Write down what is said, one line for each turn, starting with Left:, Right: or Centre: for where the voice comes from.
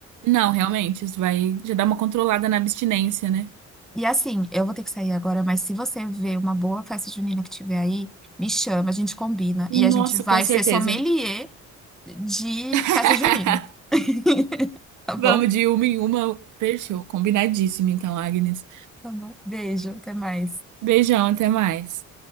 Right: Não, realmente, isso vai já dar uma controlada na abstinência, né?
Centre: E assim, eu vou ter que sair agora, mas se você ver uma boa festa junina que tiver aí, me chama, a gente combina
Right: Nossa,
Centre: e a gente vai
Right: com certeza.
Centre: ser sommelier de
Right: <laughs>
Centre: festa junina. <laughs> Tá
Right: Vamos
Centre: bom?
Right: de uma em uma. Fechou, combinadíssimo então, Agnes.
Centre: Tá bom. Beijo, até mais.
Right: Beijão, até mais.